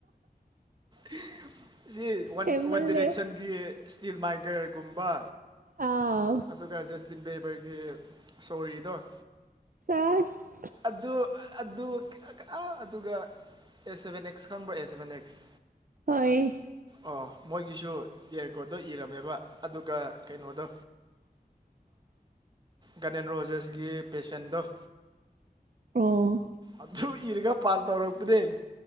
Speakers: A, on the right; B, on the right.
A: <unintelligible> ꯁꯤ ꯋꯥꯟ
B: ꯍꯦꯃꯜꯂꯦ
A: ꯋꯥꯟ ꯗꯤꯔꯦꯛꯁꯟꯒꯤ ꯏꯁꯇꯤꯜ ꯃꯥꯏ ꯒ꯭ꯔꯜꯒꯨꯝꯕ
B: ꯑꯥ
A: ꯑꯗꯨꯒ ꯖꯁꯇꯤꯟ ꯕꯦꯕꯔꯒꯤ ꯁꯣꯔꯤꯗꯣ
B: ꯆꯁ
A: ꯑꯗꯨ ꯑꯗꯨ ꯑꯥ ꯑꯗꯨꯒ ꯑꯦ ꯁꯚꯦꯟ ꯑꯦꯛꯁ ꯈꯪꯕ꯭ꯔꯥ ꯑꯦ ꯁꯚꯦꯟ ꯑꯦꯛꯁ
B: ꯍꯣꯏ
A: ꯑꯣ ꯃꯣꯏꯒꯤꯁꯨ ꯌꯥꯔꯒꯣꯗꯣ ꯏꯔꯝꯃꯦꯕ ꯑꯗꯨꯒ ꯀꯩꯅꯣꯗꯣ ꯒꯅꯦꯟ ꯔꯣꯖꯦꯁꯒꯤ ꯄꯦꯁꯦꯟꯗꯣ
B: ꯑꯣ
A: ꯑꯗꯨ ꯏꯔꯒ ꯄꯥꯁ ꯇꯧꯔꯛꯄꯅꯦ